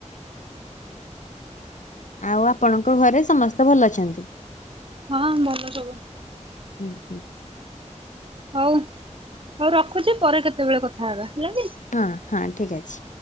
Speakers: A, on the left (about 80°); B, on the right (about 45°).
A: ଆଉ ଆପଣଙ୍କ ଘରେ ସମସ୍ତେ ଭଲ ଅଛନ୍ତି?
B: ହଁ ଭଲ ସବୁ
A: ହୁଁ ହୁଁ
B: ହଉ ହଉ ରଖୁଛି ପରେ କେତେବେଳେ କଥା ହେବା ହେଲା କି
A: ହଁ ହଁ ଠିକ ଅଛି